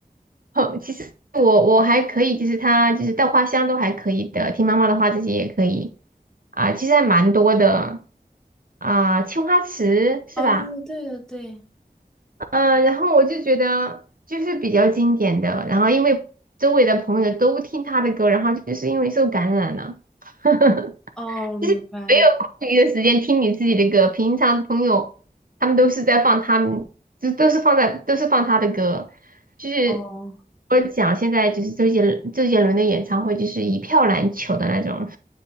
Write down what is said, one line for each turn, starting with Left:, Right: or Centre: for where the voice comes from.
Right: 哦，其实我我还可以，就是他就是稻花香都还可以的，听妈妈的话这些也可以啊，其实还蛮多的啊，青花瓷是吧？
Centre: 哦，对对对对对，
Right: 嗯，然后我就觉得就是比较经典的，然后因为周围的朋友都听他的歌，然后就是因为受感染了。<laughs>
Centre: 哦，我明白。
Right: 就是没有空余的时间听你自己的歌。平常朋友他们都是在放他们，就都是放在都是放他的歌。就是
Centre: 哦
Right: 我讲现在就是周杰伦周杰伦的演唱会，就是一票难求的那种。